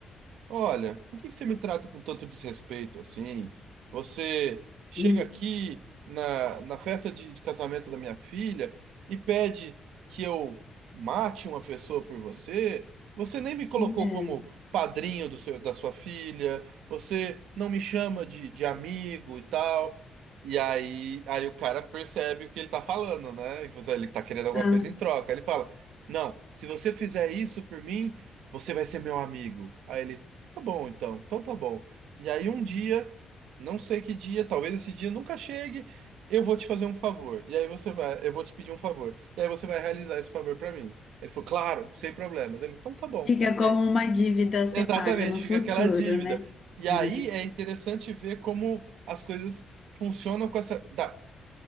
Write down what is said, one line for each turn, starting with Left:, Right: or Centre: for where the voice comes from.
Right: Olha, por que que você me trata com tanto desrespeito assim? Você chega
Left: hum.
Right: aqui na, na festa de, de casamento da minha filha e pede que eu mate uma pessoa por você. Você nem me colocou
Left: É.
Right: como padrinho do seu, da sua filha. Você não me chama de, de amigo e tal. E aí, aí o cara percebe o que ele tá falando, né? Ele tá querendo alguma
Left: Ah,
Right: coisa em troca. Ele fala: Não, se você fizer isso por mim. Você vai ser meu amigo. Aí ele, Tá bom, então. Então tá bom. E aí um dia, não sei que dia, talvez esse dia nunca chegue, eu vou te fazer um favor. E aí você vai, eu vou te pedir um favor. E aí você vai realizar esse favor pra mim. Ele falou, claro, sem problemas. Ele, então tá bom,
Left: fica
Right: ok.
Left: como uma dívida a ser
Right: Exatamente,
Left: paga no futuro,
Right: fica aquela dívida.
Left: né?
Right: E
Left: <laughs>
Right: aí é interessante ver como as coisas funcionam com essa, da-